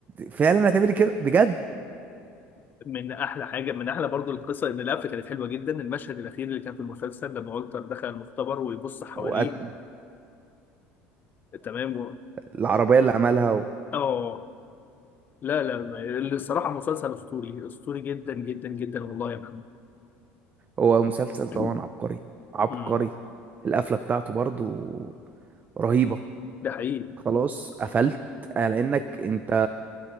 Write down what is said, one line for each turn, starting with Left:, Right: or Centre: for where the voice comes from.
Right: فعلا هتعمل كده بجد
Left: من احلى حاجه من احلى برضو القصه ان القفله كانت حلوه جدا المشهد الاخير اللي كان في المسلسل لما والتر دخل المختبر ويبص حواليه
Right: وقتل
Left: تمام و...
Right: العربيه اللي عملها
Left: اه لا لا ما- الصراحه مسلسل اسطوري اسطوري جدا جدا جدا والله يا محمد
Right: هو مسلسل طبعا
Left: <coughs>
Right: عبقري عبقري
Left: امم
Right: القفلة بتاعته برضو رهيبة
Left: ده حقيقي
Right: خلاص قفلت على انك انت